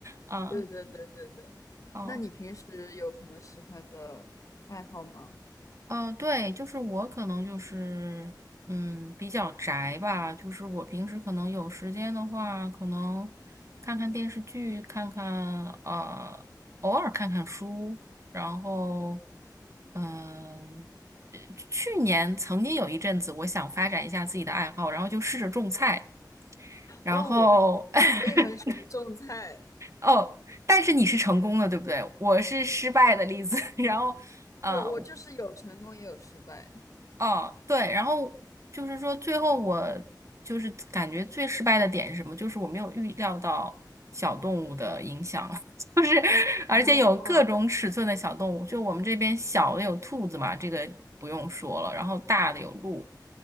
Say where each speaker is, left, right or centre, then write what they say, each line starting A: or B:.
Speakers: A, on the right; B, on the left.
A: 嗯，
B: 对对对对对。
A: 哦。
B: 那你平时有什么喜欢的爱好吗？
A: 嗯、呃对，就是我可能就是，嗯，比较宅吧。就是我平时可能有时间的话，可能看看电视剧，看看呃，偶尔看看书。然后，嗯、呃去年曾经有一阵子，我想发展一下自己的爱好，然后就试着种菜。然后，
B: 哦，
A: <laughs>
B: 我也很喜欢种菜。
A: 哦，但是你是成功的，对不对？我是失败的例子。<laughs> 然后。呃
B: 我我就是有成功也有失败。
A: 哦，对，然后就是说，最后我就是感觉最失败的点是什么？就是我没有预料到小动物的影响，<laughs> 而且有各种尺寸的小动物。
B: 哦
A: 就我们这边小的有兔子嘛，这个不用说了，然后大的有鹿，